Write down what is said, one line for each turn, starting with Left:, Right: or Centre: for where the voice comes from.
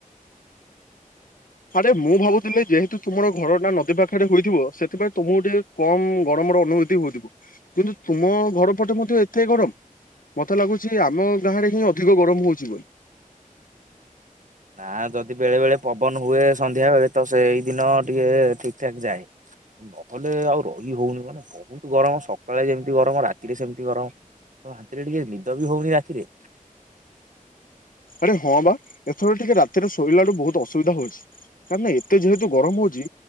Left: ଆରେ ମୁଁ ଭାବୁଥିଲି ଯେହେତୁ ତୁମର ଘର ନା ନଦୀ ପାଖରେ ହୋଇଥିବ, ସେଥିପାଇଁ ତୁମକୁ ଟିକେ କମ ଗରମର ଅନୁଭୂତି ହଉଥିବ, କିନ୍ତୁ ତୁମ ଘର ପଟେ ମଧ୍ୟ ଏତେ ଗରମ? ମତେ ଲାଗୁଛି ଆମ ଗାଁରେ ହିଁ ଅଧିକ ଗରମ ହଉଛି ବୋଲି।
Right: ନା ଯଦି ବେଳେ ବେଳେ ପବନ ହୁଏ ସନ୍ଧ୍ୟାବେଳେ ତ ସେଇ ଦିନ ଟିକେ ଠିକ ଠାକ୍ ଯାଏ। ନହେଲେ ଆଉ ରହି ହଉନି ମାନେ ବହୁତ ଗରମ ସକାଳେ ଯେମିତି ଗରମ ରାତିରେ ସେମିତି ଗରମ। ହଁ ଶାନ୍ତିରେ ଟିକେ ନିଦ ବି ହଉନି ରାତିରେ।
Left: ଆରେ ହଁ ବା ଏଥର ଟିକେ ରାତିରେ ଶୋଇଲାଳୁ ବହୁତ ଅସୁବିଧା ହଉଛି। କାର୍ ନା ଏତେ ଯେହେତୁ ଗରମ ହଉଛି